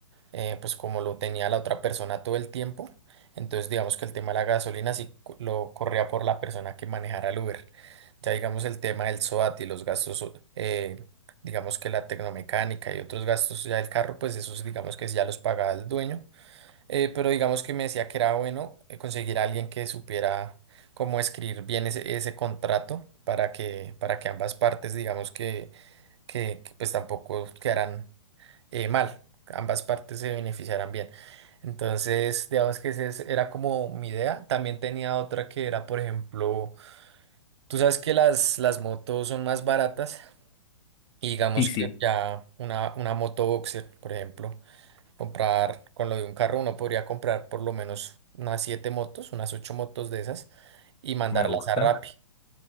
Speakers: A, on the right; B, on the left.
A: eh, pues como lo tenía la otra persona todo el tiempo. Entonces, digamos que el tema de la gasolina sí co- lo corría por la persona que manejara el Uber. Ya digamos el tema del SOAT y los gastos, eh, digamos que la tecnomecánica y otros gastos ya del carro, pues esos digamos que sí ya los pagaba el dueño eh, pero digamos que me decía que era bueno eh, conseguir a alguien que supiera cómo escribir bien ese, ese contrato para que, para que ambas partes, digamos que, que, que, pues tampoco quedaran eh, mal, ambas partes se beneficiaran bien. Entonces, digamos que esa es- era como mi idea. También tenía otra que era, por ejemplo, tú sabes que las, las motos son más baratas y digamos
B: Sí, sí,
A: que ya una, una moto boxer, por ejemplo comprar con lo de un carro, uno podría comprar por lo menos unas siete motos, unas ocho motos de esas y mandarlas
B: me gusta.
A: a Rappi.